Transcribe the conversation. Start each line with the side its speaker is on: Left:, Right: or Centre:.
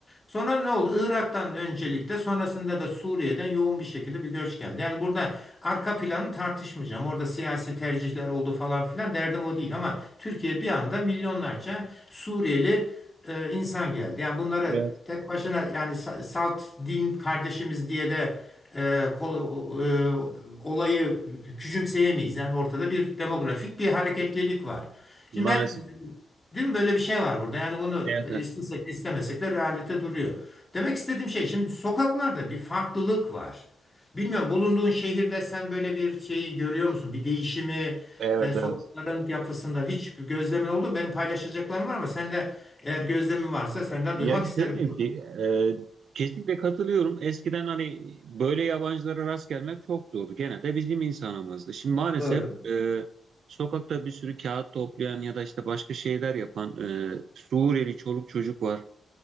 Left: Sonra ne oldu? Irak'tan öncelikle sonrasında da Suriye'den yoğun bir şekilde bir göç geldi. Yani burada arka planı tartışmayacağım. Orada siyasi tercihler oldu falan filan derdim o değil ama Türkiye bir anda milyonlarca Suriyeli e, insan geldi. Yani bunları
Right: Evet.
Left: tek başına yani sa- salt din kardeşimiz diye de e, kol- e, olayı küçümseyemeyiz. Yani ortada bir demografik bir hareketlilik var. Şimdi
Right: Maalesef.
Left: ben değil mi böyle bir şey var burada. Yani bunu
Right: Evet. Evet.
Left: istesek istemesek de realite duruyor. Demek istediğim şey şimdi sokaklarda bir farklılık var. Bilmiyorum bulunduğun şehirde sen böyle bir şeyi görüyor musun? Bir değişimi
Right: Evet.
Left: e, sokakların
Right: Evet.
Left: yapısında hiç bir gözlemin oldu mu? Benim paylaşacaklarım var ama sen de eğer gözlemin varsa senden
Right: Ya
Left: duymak
Right: şöyle
Left: isterim.
Right: bir şey, e, kesinlikle katılıyorum. Eskiden hani böyle yabancılara rast gelmek çok zordu. Genelde bizim insanımızdı. Şimdi maalesef
Left: Doğru.
Right: e, sokakta bir sürü kağıt toplayan ya da işte başka şeyler yapan e, Suriyeli çoluk çocuk var.